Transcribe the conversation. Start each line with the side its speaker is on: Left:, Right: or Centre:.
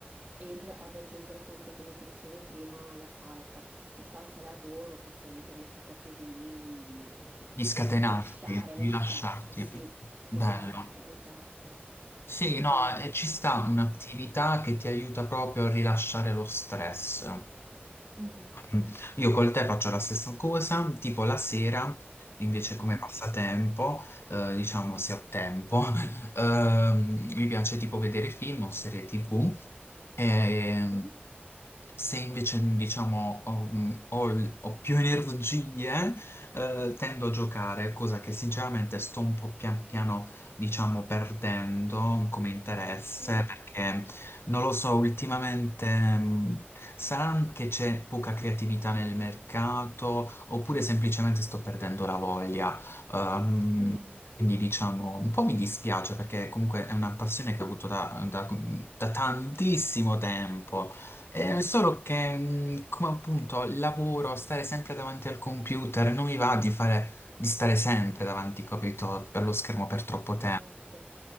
Right: Ed ad aggiungere appunto, come ti dicevo prima, la salsa. La salsa la adoro perché mi permette proprio di
Left: Di scatenarti,
Right: rilasciare
Left: rilasciarti,
Right: lo stress, sì,
Left: bello.
Right: esatto, esatto.
Left: Sì,
Right: Quindi,
Left: no, eh, ci sta un'attività
Right: sì.
Left: che ti aiuta proprio a rilasciare lo stress.
Right: Mhm,
Left: Mm. Io col te faccio la stessa cosa, tipo la sera, invece come
Right: mhm,
Left: passatempo, eh, diciamo se ho tempo, <laughs> ehm, mi piace tipo vedere film o serie TV. ehm,
Right: mhm,
Left: se invece, diciamo, ho, mm, ho il- ho più energie, eh, tendo a giocare, cosa che sinceramente sto un po' pian piano, diciamo, perdendo come interesse,
Right: mhm,
Left: perché non lo so, ultimamente, mh, sarà che c'è poca creatività nel mercato, oppure semplicemente sto perdendo la voglia. Ehm,
Right: mhm.
Left: Quindi diciamo, un po' mi dispiace perché comunque è una passione che ho avuto da da- da tantissimo tempo. Eh, solo che, mh, come appunto lavoro, stare sempre davanti al computer, non mi va di fare, di stare sempre davanti, capito, per lo schermo per troppo tempo.
Right: Certo,